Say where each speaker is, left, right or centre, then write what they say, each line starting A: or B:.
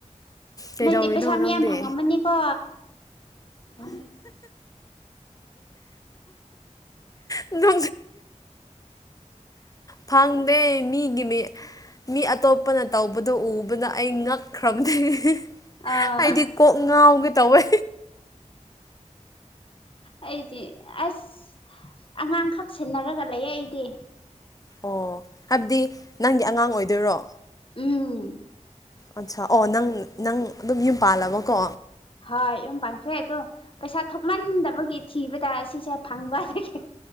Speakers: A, on the left; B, on the left.
A: ꯀꯩꯗꯧꯔꯤꯅꯣ
B: ꯅꯇꯦ ꯄꯩꯁꯥ ꯃꯤꯌꯥꯝ
A: ꯅꯪꯗꯤ
B: ꯐꯪꯉꯝꯃꯅꯤꯀꯣ ꯎ
A: ꯅ ꯐꯪꯗꯦ ꯃꯤ ꯒꯤ ꯃꯤ ꯃꯤ ꯑꯇꯣꯞꯄꯅ ꯇꯧꯕꯗꯣ ꯎꯕꯅ ꯑꯩ ꯉꯛꯈ꯭ꯔꯕꯗꯒꯤ
B: ꯑꯥ
A: ꯍꯥꯏꯗꯤ ꯀꯣꯛ ꯉꯥꯎꯒ ꯇꯧꯋꯦ
B: ꯑꯩꯗꯤ ꯑꯁ ꯑꯉꯥꯡꯈꯛ ꯁꯤꯟꯅꯔꯒ ꯂꯩꯌꯦ ꯑꯩꯗꯤ
A: ꯑꯣ ꯍꯥꯏꯕꯗꯤ ꯅꯪꯒꯤ ꯑꯉꯥꯡ ꯑꯣꯏꯗꯣꯏꯔꯣ
B: ꯎꯝ
A: ꯑꯠꯆꯥ ꯑꯣ ꯅꯪ ꯅꯪ ꯑꯗꯨꯝ ꯌꯨꯝ ꯄꯥꯜꯂꯕꯀꯣ
B: ꯍꯣꯏ ꯌꯨꯝ ꯄꯥꯟꯈ꯭ꯔꯦ ꯑꯗꯣ ꯄꯩꯁꯥ ꯊꯣꯛꯃꯟꯗꯕꯒꯤ ꯊꯤꯕꯗ ꯁꯤꯁꯦ ꯐꯪꯕ ꯑꯗꯨꯗꯒꯤ